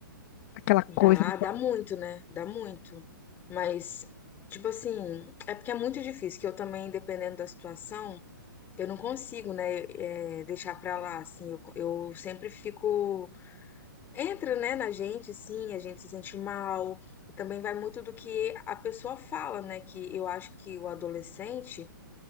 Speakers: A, on the left (about 35°); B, on the left (about 20°).
A: aquela
B: Dá,
A: coisa no coração.
B: dá muito, né? Dá muito. Mas, tipo assim, é porque é muito difícil, que eu também, dependendo da situação, eu não consigo, né, eh, deixar pra lá, assim. Eu, eu sempre fico entra, né, na gente, sim, a gente se sente mal, e também vai muito do que a pessoa fala, né, que eu acho que o adolescente,